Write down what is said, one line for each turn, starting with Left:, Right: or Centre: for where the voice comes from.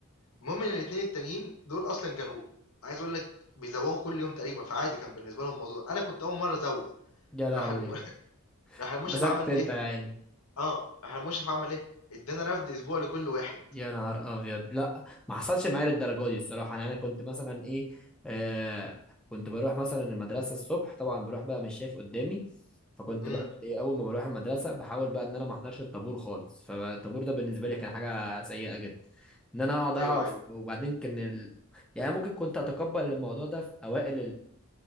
Left: المهم ان الاتنين التانيين دول اصلا كانوا عايز اقول لك بيزوغوا كل يوم تقريبا فعادي كان بالنسبه لهم الموضوع انا كنت اول مره ازوغ
Centre: يا لهوي
Left: راح الم... <laughs> راح المشرف
Centre: مسكت
Left: عمل
Centre: انت
Left: ايه
Centre: يا عيني
Left: اه راح المشرف عمل ايه ادانا رفد اسبوع لكل واحد
Centre: يا نهار ابيض لا ما حصلش معايا للدرجه دي الصراحه يعني انا كنت مثلا ايه آه كنت بروح مثلا المدرسه الصبح طبعا بروح بقى مش شايف قدامي فكنت
Left: امم
Centre: بقى ايه اول ما بروح المدرسه بحاول بقى ان انا ما احضرش الطابور خالص فالطابور ده بالنسبه لي كان حاجه سيئه جدا ان انا اقعد
Left: ايوه
Centre: اقف
Left: ايوه
Centre: وبعدين كان ال... يعني ممكن كنت اتقبل الموضوع ده في اوائل